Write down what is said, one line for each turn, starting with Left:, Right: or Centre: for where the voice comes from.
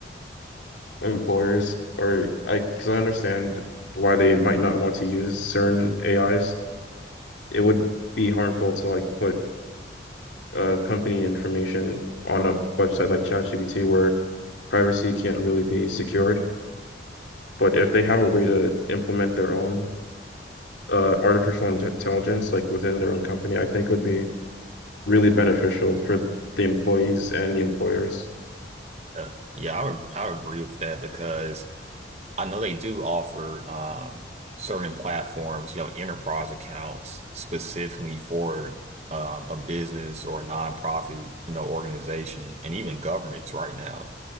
Left: employers are, I, because I understand why they might not want to use certain AIs. It would be harmful to like put uh, company information on a website like ChatGPT where privacy can't really be secured. But if they have a way to implement their own uh, artificial intelligence, like within their own company, I think it would be really beneficial for the employees and the employers.
Right: Uh, yeah, I would I would agree with that because I know they do offer um, certain platforms, you know, enterprise accounts specifically for um, a business or a nonprofit, you know, organization and even governments right now